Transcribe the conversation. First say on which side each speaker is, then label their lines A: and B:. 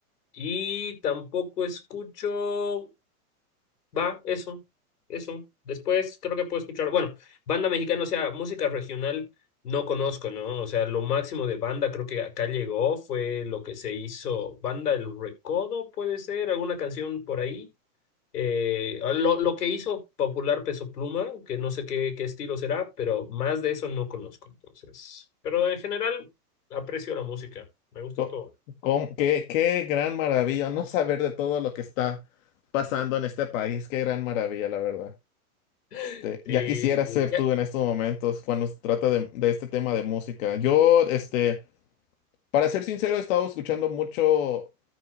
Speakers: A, on the left; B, on the left.
A: Y tampoco escucho. Va, eso, eso. Después creo que puedo escuchar, bueno, banda mexicana, o sea, música regional no conozco, ¿no? O sea, lo máximo de banda creo que acá llegó fue lo que se hizo, Banda El Recodo, puede ser, alguna canción por ahí. Eh, ah, lo, lo que hizo popular Peso Pluma, que no sé qué, qué estilo será, pero más de eso no conozco, entonces. Pero en general aprecio la música, me gusta
B: Co-
A: todo.
B: com- qué, qué gran maravilla no saber de todo lo que está pasando en este país. Qué gran maravilla, la verdad.
A: <laughs>
B: Este,
A: Sí,
B: ya quisiera
A: sí.
B: ser tú en estos momentos cuando se trata de, de este tema de música. Yo, este, para ser sincero, he estado escuchando mucho